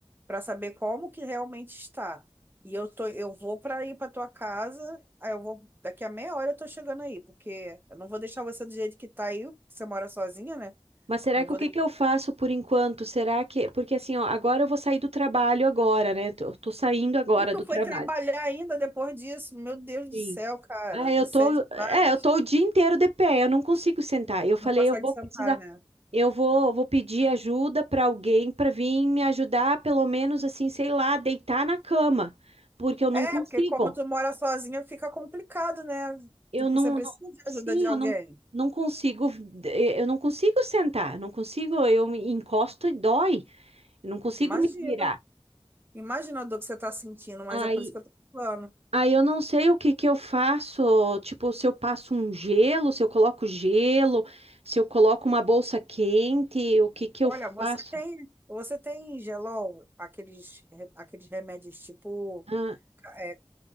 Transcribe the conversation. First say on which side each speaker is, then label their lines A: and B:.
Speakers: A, on the right (about 20°); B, on the right (about 85°).
A: para saber como que realmente está. E eu tô, eu vou para ir para tua casa. Aí eu vou, daqui a meia hora eu tô chegando aí, porque eu não vou deixar você do jeito que tá aí. Você mora sozinha, né?
B: Mas será
A: Não
B: que
A: vou
B: o que que eu faço por enquanto? Será que. Porque assim, ó, agora eu vou sair do trabalho agora, né? Tô, tô saindo agora
A: E tu
B: do
A: foi
B: trabalho.
A: trabalhar ainda depois disso. Meu Deus do
B: Sim.
A: céu, cara.
B: Ah, eu
A: Você
B: tô.
A: é demais.
B: É, eu tô o dia inteiro de pé, eu não consigo sentar. Eu falei,
A: Não consegue
B: eu vou
A: sentar,
B: precisar.
A: né?
B: Eu vou, vou pedir ajuda pra alguém pra vir me ajudar, pelo menos assim, sei lá, deitar na cama. Porque eu não
A: É,
B: consigo.
A: porque como tu mora sozinha, fica complicado, né?
B: Eu
A: Tipo,
B: não,
A: você precisa
B: não-
A: de
B: sim,
A: ajuda de alguém.
B: eu não, não consigo. eh, Eu não consigo sentar. Não consigo, eu me encosto e dói. Eu não consigo
A: Imagina.
B: me virar.
A: Imagina a dor que você tá sentindo, mas
B: Aí,
A: é por isso que eu tô falando.
B: aí eu não sei o que que eu faço, tipo, se eu passo um gelo, se eu coloco gelo, se eu coloco uma bolsa quente, o que que
A: Olha,
B: eu faço?
A: você tem, você tem Gelol, aqueles, re- aqueles remédios tipo
B: Ah,
A: é,